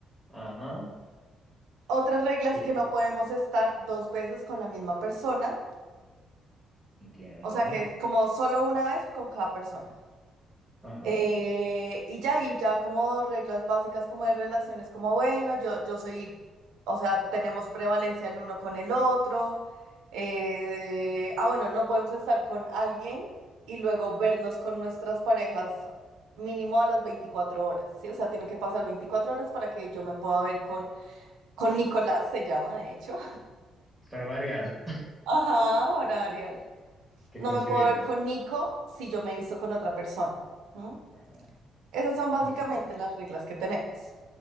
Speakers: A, in the centre; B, on the right (about 90°).
A: Ajá.
B: Otra regla es
A: ya,
B: que no podemos estar dos veces con la misma persona.
A: Entiendo.
B: O sea que es como solo una vez con cada persona.
A: Ajá.
B: Eh, y ya, y ya como reglas básicas como de relaciones, como bueno, yo, yo soy, o sea, tenemos prevalencia el uno con el otro. eh, ah, bueno, no podemos estar con alguien y luego vernos con nuestras parejas mínimo a las 24 horas, ¿sí? O sea, tienen que pasar 24 horas para que yo me pueda ver con, con Nicolás, se llama de hecho.
A: Para variar.
B: <laughs> Ajá, para variar.
A: <laughs> Qué
B: No
A: coincidencia.
B: me puedo ver con Nico si yo me he visto con otra persona. ¿no?
A: Ajá.
B: Esas son básicamente
A: Ya.
B: las reglas que tenemos.